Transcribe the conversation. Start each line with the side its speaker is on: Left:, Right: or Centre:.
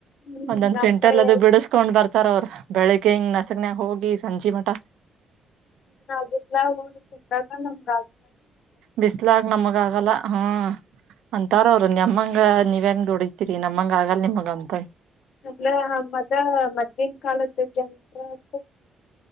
Left: ಹ್ಮ್
Right: ಒಂದೊಂದ್
Left: ನಮ್
Right: ಕ್ವಿಂಟಾಲ್
Left: ಕಡೆ
Right: ಅದು ಬಿಡಿಸಕೊಂಡ್ ಬರ್ತಾ ರ ಅವ್ರ ಬೆಳಗ್ಗೆ ಹಿಂಗ ನಸಾಕನಾಗ್ ಹೋಗಿ ಸಂಜಿ ಮಠ
Left: ನಾವು ಬಿಸಿಲಾಗ್ <unintelligible>
Right: ಬಿಸ್ಲಾಗ ನಮಗ ಆಗಲ್ಲ ಹಾ ಅಂತಾರ ಅವರು ನಮ್ಮಂಗ ಹ ನೀವ ಹೆಂಗ ಧುಡಿತೀರಿ ನಮ್ಮಂಗ ಆಗಲ್ ನಿಮಗ ಅಂತ
Left: ಅಂದ್ರ ಮದ ಮೊದಲಿನ ಕಾಲದ ಜನರು